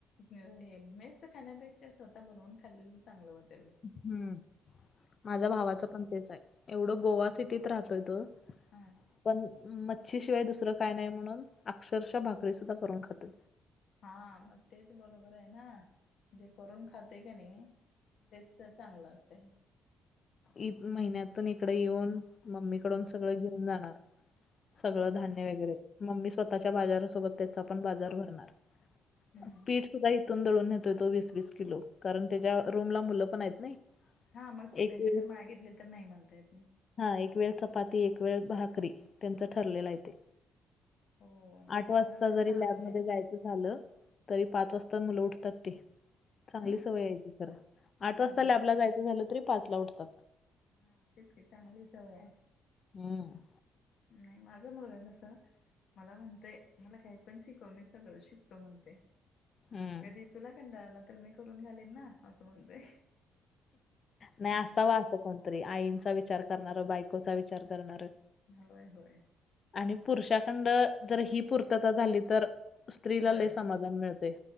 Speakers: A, on the left; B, on the left.
A: हे मेज खाण्यापेक्षा स्वतः बनवून खाल्लेलं चांगलं वाटतं.
B: हम्म माझ्या
A: हं,
B: भावाचं पण तेच आहे एवढं गोवा सिटीत राहतोय तो
A: हां,
B: पण मच्छीशिवाय दुसरं काय नाही म्हणून अक्षरशः भाकरी सुद्धा करून खाते.
A: हा मग तेच बरोबर आहे ना जे करून खाते का नाही तेच चांगलं असतें.
B: एक महिन्यातून इकडे येऊन मम्मीकडून
A: हं,
B: सगळं घेऊन जाणार. सगळं
A: हं,
B: धान्य वगैरे मम्मी स्वतःच्या बाजारासोबत त्याचा पण बाजार भरणार
A: हं.
B: पीठ सुद्धा त दळून नेतोय तो वीस वीस किलो कारण त्याच्या रूमला मुलं पण आहेत नाही.
A: हा मग ते
B: एक
A: कधी
B: वेळ
A: तर मागितले तर नाही म्हणता येत नाही.
B: हा एक वेळ चपाती एक वेळ भाकरी त्यांचं ठरलेला आहेे ते
A: हो,
B: आठ वाजता
A: उलट ते
B: जरी
A: चांगलं
B: लॅबमध्ये
A: आहे.
B: जायचं झालं तरी पाच वाजता मुलं उठतात ते चांगली
A: हं,
B: सवय आहेय ती खरं आठ वाजता
A: होय.
B: लॅबला जायचं झालं तरी पाच ला उठतात.
A: हा तेच क चांगली सवय आहे.
B: हम्म
A: नाही माझा मुलगा कसं मला म्हणतेय मला काही पण शिकव मी सगळं शिकतो म्हणते.
B: हम्म
A: कधी तुला कंटाळाला तर मी करून घालेन ना असं म्हणतोय.
B: नाही
A: हम्म
B: असा वा असं कोणतरी आईंचा विचार करणार बायकोचा विचार करणार
A: होय होय
B: आणि पुरुषाखंड जर ही पूर्तता झाली तर स्त्रीला
A: होय
B: ल समाधान मिळते